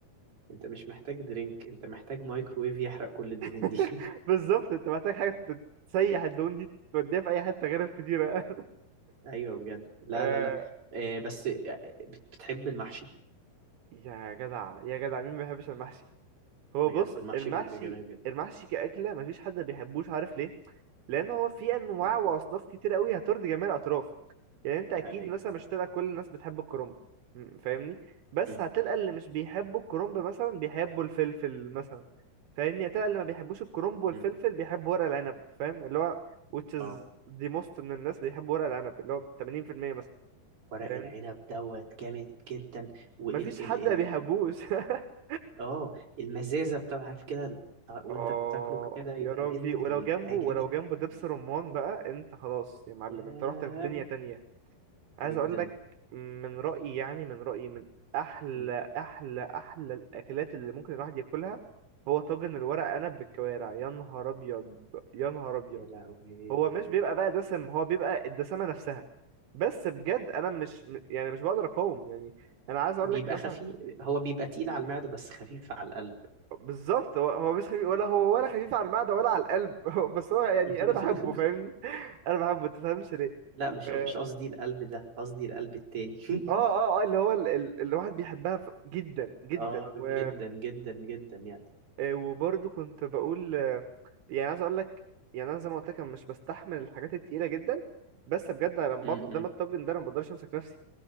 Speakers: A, on the right; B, on the right.
A: انت مش محتاج درينك انت محتاج مايكرويف يحرق كل الدهون
B: <laughs>
A: دي <laughs>
B: بالظبط انت محتاج حاجه تت- تسيح الدهون دي توديها في اي حته غير الفطيره
A: ايوه بجد
B: <laughs>
A: لا
B: آه
A: لا لا آه، بس آه، بت- بتحب المحشي
B: يا جدع يا جدع مين ما بيحبش المحشي هو
A: بجد
B: بص
A: المحشي
B: المحشي
A: بيبقى جميل جدا
B: المحشي كأكلة مفيش حد بيحبوش عارف ليه لأن هو فيه أنواع
A: مم.
B: وأصناف كتير قوي هترضي جميع الأطراف يعني أنت
A: دي
B: أكيد
A: حقيقة
B: مثلا مش هتلاقي كل الناس بتحب الكرنب م- فاهمني بس
A: مم.
B: هتلقى اللي مش بيحبوا الكرنب مثلا بيحبوا الفلفل مثلا فاهمني هتلقى اللي ما بيحبوش الكرنب والفلفل
A: مم.
B: بيحبوا ورق العنب فاهم اللي هو which
A: اه
B: is the most من الناس بيحبوا ورق العنب اللي هو 80% مثلا
A: ورق
B: فاهمني
A: العنب دوت جامد جدا وال
B: مفيش حد
A: ال ال
B: ما بيحبوش
A: ال
B: <laughs>
A: اه المزازه بتاع عارف كده وانت
B: اه
A: بتاكله كده يبقى
B: يا ربي
A: مزز
B: ولو
A: بيبقى
B: جنبه ولو
A: جامد
B: جنبه
A: جدا
B: دبس رمان بقى انت خلاص يا معلم
A: ياه
B: انت رحت في دنيا تانية عايز
A: جدا
B: اقول لك من رأيي يعني من رأيي من احلى
A: مم.
B: احلى احلى الاكلات اللي ممكن الواحد ياكلها هو طاجن الورق عنب بالكوارع يا نهار ابيض يا نهار ابيض
A: يا لهوي
B: هو مش بيبقى بقى دسم هو بيبقى الدسامة نفسها بس بجد انا مش م- يعني مش بقدر اقاوم يعني انا عايز اقول
A: بيبقى
B: لك مثلا
A: خفيف هو بيبقى تقيل على المعدة بس خفيف على القلب
B: بالظبط هو هو مش خفيف ولا هو ولا خفيف على المعدة ولا على القلب <laughs> هو- بس هو يعني
A: <laughs>
B: انا بحبه فاهمني <laughs> انا بحبه انت تفهمش ليه
A: لا
B: و-
A: مش
B: اه
A: مش قصدي القلب ده قصدي القلب التاني
B: اه
A: <laughs>
B: اه اللي هو ال- ال- اللي الواحد بيحبها ف- جدا جدا
A: اه
B: و...
A: جدا جدا جدا يعني
B: آه، وبرضه كنت بقول آه، يعني عايز اقول لك يعني انا زي ما قلت لك أنا مش بستحمل الحاجات التقيله جدا بس بجد أنا لما
A: م
B: بقعد قدام
A: -م.
B: الطاجن ده انا ما بقدرش امسك نفسي